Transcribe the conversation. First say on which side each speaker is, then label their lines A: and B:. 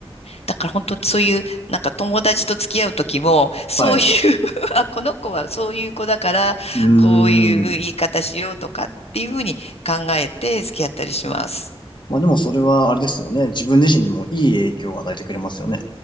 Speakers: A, on the left; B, on the left.
A: だから本当にそういう、なんか友達と付き合う時も、そういう
B: はい。う
A: <laughs> あ、この子はそういう子だから、
B: ーん。
A: こういう言い方しようとかっていうふうに考えて付き合ったりします。
B: まあでもそれはあれですよね。自分自身にもいい影響を与えてくれますよね。